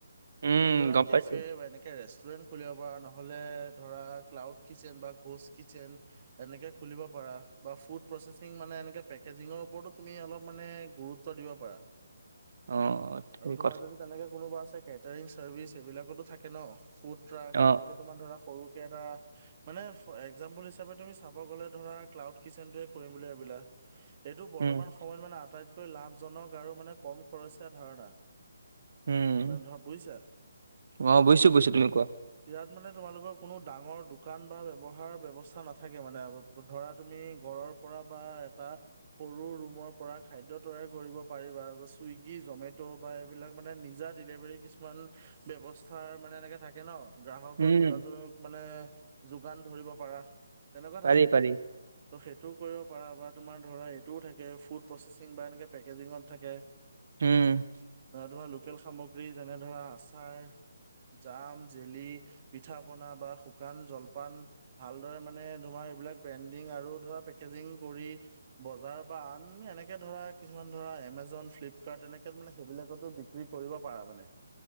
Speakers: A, on the right; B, on the right.
A: উম
B: তুমি ধৰা,
A: গম
B: কেফে
A: পাইছো
B: বা এনেকে ৰেষ্টুৰেণ্ট। খুলিব পৰা। নহ'লে ধৰা, ক্লাউড কিটচেন বা কৌজি কিটচেন। এনেকে খুলিব পাৰা, বা ফুড প্ৰচেচিং মানে এনেকে পেকেজিঙৰ ওপৰতো তুমি অলপ মানে গুৰুত্ব গুৰুত্ব দিব পাৰা।
A: অ, অ, ঠিক
B: আৰু তোমাৰ
A: কথা।
B: যদি তেনেকে কোনোবা আছে কেটাৰিং চাৰ্ভিচ এইবিলাকতো থাকে ন ফুড ট্ৰাক
A: অ
B: তেনেকে। তোমাৰ ধৰা সৰুকেই এটা মানে এক্সজামপিল হিচাবে তুমি। চাব গ'লে ধৰা ক্লাউড কিচেনটোয়ে কৰিম বুলি ভাবিলা, এইটো বৰ্তমান।
A: উম
B: বৰ্ত্তমান মানে আটাইতকৈ লাভজনক আৰু মানে কম খৰচীয়া ধাৰণা।
A: উম
B: মানে ধৰা বুজিছা
A: অ বুজিছোঁ বুজিছো, তুমি কোৱা।
B: ইয়াত মানে তোমালোকৰ কোনো ডাঙৰ দোকান বা ব্যৱহাৰৰ ব্যৱস্থা নাথাকে। থাকে মানে ধৰা তুমি ঘৰৰ পৰা বা এটা। সৰু ৰুমৰ পৰা খাদ্য তৈয়াৰ কৰিব পাৰিবা চুইগি জমেট'। বা এইবিলাক মানে নিজা ডিলিভাৰী কিছুমান ব্যৱস্থাৰ মানে এনেকে থাকে ন। গ্ৰাহকৰ
A: উম
B: যোগাযোগক মানে যোগান ধৰিব পাৰা তেনেকুৱা
A: পাৰি
B: থাকে।
A: পাৰি
B: ত' সেইটোও কৰিব পাৰা বা তোমাৰ ধৰা এইটোও থাকে ফুড প্ৰচেচিং বা এনেকে পেকেজিঙত থাকে।
A: উম।
B: ধৰা লোকেল সামগ্ৰী যেনে ধৰা আচাৰ, জাম, জেলি। পিঠা পনা বা শুকান জলপান ভালদৰে। মানে তোমাৰ এইবিলাক ব্ৰেণ্ডিং আৰু ধৰা পেকজিং কৰি। বজাৰ বা আন এনেকে ধৰা কিছুমান ধৰা এমজন ফ্লিপকাৰ্ট এনেকে মানে সেইবিলাকতো বিক। বিক্ৰী কৰিব পাৰা মানে।